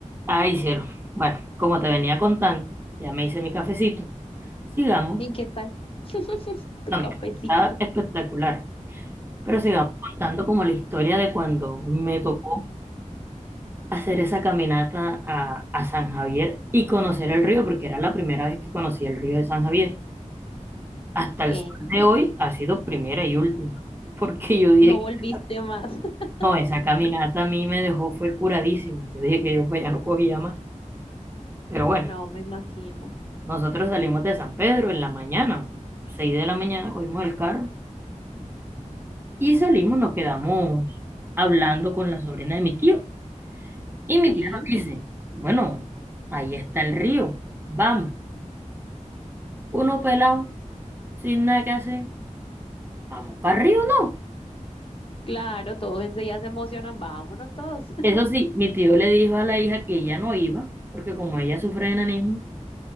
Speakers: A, on the right; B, on the left.
A: Ay, cielo. Bueno, como te venía contando, ya me hice mi cafecito. Sigamos.
B: ¿Y qué tal? <laughs> Tu
A: No,
B: cafecito.
A: mi café está espectacular. Pero sigamos contando como la historia de cuando me tocó hacer esa caminata a, a San Javier y conocer el río, porque era la primera vez que conocí el río de San Javier. Hasta
B: Ok.
A: el sol de hoy ha sido primera y última, porque yo dije
B: No
A: que
B: volviste más. <laughs>
A: no, esa caminata a mí me dejó, fue curadísima. Yo dije que yo pues, ya no cogía más, pero bueno.
B: No, me imagino.
A: Nosotros salimos de San Pedro en la mañana, 6 de la mañana, cogimos el carro y salimos, nos quedamos hablando con la sobrina de mi tío. Y mi
B: Sí,
A: tío nos dice, bueno, ahí está el río, vamos. Uno pelado, sin nada que hacer, vamos para el río. ¿no?
B: claro, todos enseguida se emocionan. Vámonos todos. <laughs>
A: Eso sí, mi tío le dijo a la hija que ella no iba, porque como ella sufre de enanismo,